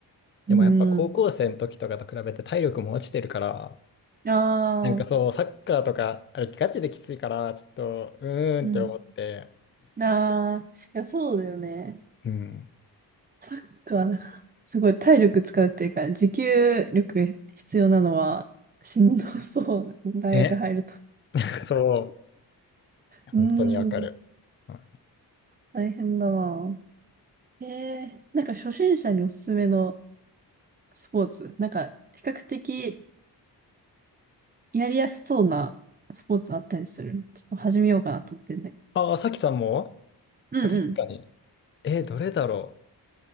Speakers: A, on the left (about 30°); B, on the right (about 25°).
A: でもやっぱ高校生の時とかと比べて体力も落ちてるから、
B: うん。ああ、
A: なんかそう、サッカーとか、あれガチできついから、ちょっと、うーんって思って、
B: うん。ああ、いや、そうだよね。
A: うん。
B: サッカーな、すごい体力使うっていうか、持久力必要なのはしんどそう。<laughs> 大学入ると。
A: え、<laughs> そう、本当にわかる。
B: うーん、
A: うん
B: 大変だな。ええなんか初心者におすすめのスポーツ、なんか比較的やりやすそうなスポーツあったりする。ちょっと始めようかなと思ってんだけ
A: ああ、さきさんも
B: ど。うんうん。
A: あ確かに。え、どれだろ